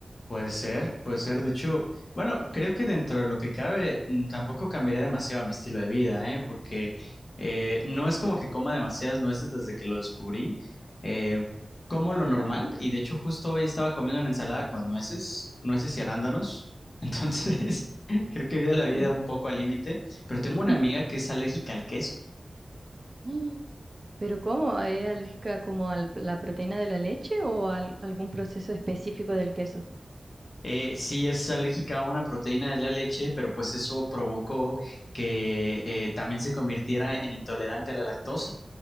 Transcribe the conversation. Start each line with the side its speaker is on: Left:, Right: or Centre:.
Left: Puede ser, puede ser. De hecho, bueno, creo que dentro de lo que cabe, mm, tampoco cambiaría demasiado mi estilo de vida, ¿eh? Porque eh, no es como que coma demasiadas nueces desde que lo descubrí. Eh, como lo normal, y de hecho, justo hoy estaba comiendo una ensalada con nueces, nueces y arándanos. Entonces, <laughs> creo que vivo la vida
Right: Mm.
Left: un poco al límite. Pero tengo una
Right: <laughs>
Left: amiga que es alérgica al queso.
Right: Mm. ¿Pero cómo? ¿Es alérgica como a la proteína de la leche o a al- algún proceso específico del queso?
Left: Eh, sí, es alérgica a una proteína de la leche, pero pues eso provocó que eh, también se convirtiera en intolerante a la lactosa,